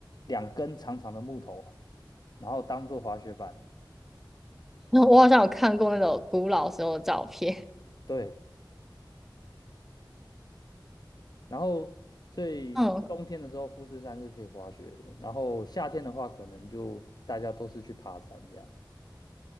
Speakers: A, on the left (about 55°); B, in the centre.
A: 两根长长的木头，然后当做滑雪板。
B: <laughs> 我好像有看过那种古老时候的照片。
A: 对，然后所以冬天的时候富士山是可以滑雪的，
B: <laughs> 嗯，
A: 然后夏天的话可能就大家都是去爬山这样。